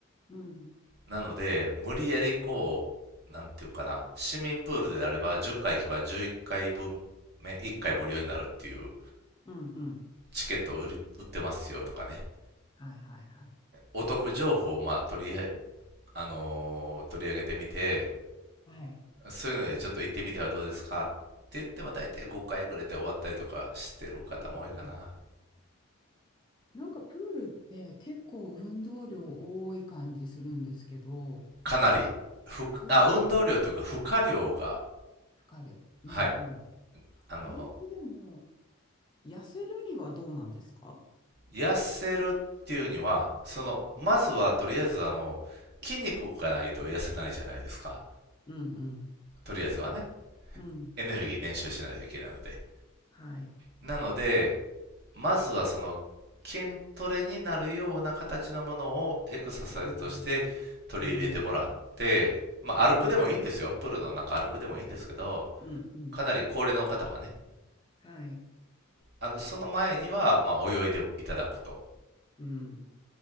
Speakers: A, on the left; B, on the right.
A: うん、
B: なので、無理やりこう、なんていうかな、市民プールであれば10回行けば11回分目、1回無料になるっていう
A: うん、うん。
B: チケットを売り売ってますよとかね。
A: はい、はい、はい。
B: お得情報をまあ取りああのー取り上げてみて、
A: はい。
B: そういうのでちょっと行ってみてはどうですかって言っても大体5回ぐらいで終わったりとかしてる方も多いかな。
A: うんうんなんかプールって結構運動量多い感じするんですけど、
B: かなり、ふくあ運動量というか負荷量が、
A: そうですよ。負荷量。うんうん。
B: はい、あのー
A: あれってでも、痩せるにはどうなんですか
B: 痩せるっていうには、その、まずはとりあえずあの、筋肉がないと痩せないじゃないですか。
A: うんうん。
B: とりあえずはね、
A: うん。
B: エネルギー練習しないといけないので。
A: はい。
B: なので、まずはその筋トレになるような形のものをエクササイズとして取り入れてもらって、
A: うん。うん。
B: まあ歩くでもいいんですよ。
A: うん。
B: プールの中歩くでもいいんですけど、
A: うん。うん。うん
B: かなり高齢の方はね、
A: はい。
B: あの、その前には、まあ泳いでいただくと。
A: うん。